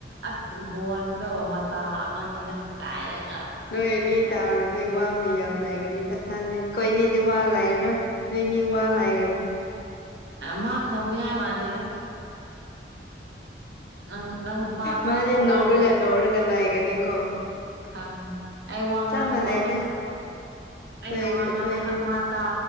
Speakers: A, on the right; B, on the left.
A: ꯑꯁ ꯕꯣꯟꯗꯣ ꯃꯇꯥ ꯑꯃꯅꯤꯗ ꯀꯥꯏꯅꯒ
B: ꯅꯣꯏꯅꯤ
A: ꯈꯪꯗꯦ
B: ꯇꯧꯔꯗꯤ ꯋꯥ ꯃꯌꯥꯝ ꯂꯩꯒꯅꯤꯗ ꯈꯂꯦ ꯀꯣꯏꯅꯤꯗꯤ ꯋꯥ ꯂꯩꯔꯔꯣꯏ ꯅꯣꯏꯅꯤ ꯋꯥ ꯂꯩꯒꯅꯤ
A: ꯃꯥ ꯈꯣꯝꯅꯤꯉꯥꯏ ꯃꯥꯥꯟꯅꯤꯗ ꯅꯪ ꯅꯪ ꯅꯨꯄꯥꯗꯨꯀꯣ
B: ꯃꯥꯗꯤ ꯅꯧꯔꯒ
A: ꯋꯥ
B: ꯅꯧꯔꯒ ꯂꯥꯏꯒꯅꯤꯀꯣ
A: ꯈꯪꯉꯤ ꯑꯩ ꯋꯥ ꯉꯥꯡꯕꯈꯛ
B: ꯆꯞ ꯃꯥꯟꯅꯩꯗ
A: ꯑꯩꯅ
B: ꯑꯩꯈꯣꯏ ꯑꯩꯈꯣꯏ
A: ꯋꯥ ꯉꯥꯡꯕꯈꯛ
B: ꯑꯅꯤ
A: ꯇꯥ